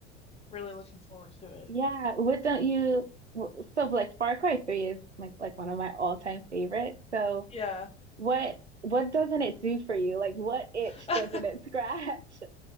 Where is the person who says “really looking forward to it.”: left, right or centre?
Left